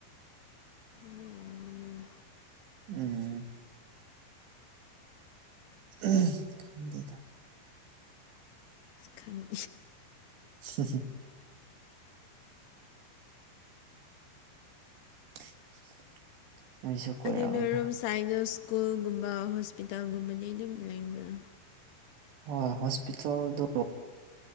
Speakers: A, on the left; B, on the right.
A: ꯃꯤ ꯌꯥꯝꯕꯅꯤꯅꯦ
B: ꯎꯝ ꯎ ꯈꯗ
A: ꯈꯪ
B: ꯍ <unintelligible> <inaudible> ꯀꯣꯏꯔꯛꯑꯣꯅꯦ
A: ꯑꯗꯨꯅ ꯔꯣꯝ ꯁꯥꯏꯗ ꯁ꯭ꯀꯨꯜꯒꯨꯝꯕ ꯍꯣꯁꯄꯤꯇꯥꯜꯒꯨꯝꯕꯗꯤ ꯑꯗꯨꯝ ꯂꯩꯕ꯭ꯔꯥ
B: ꯍꯣꯏ ꯍꯣꯁꯄꯤꯇꯥꯜꯗ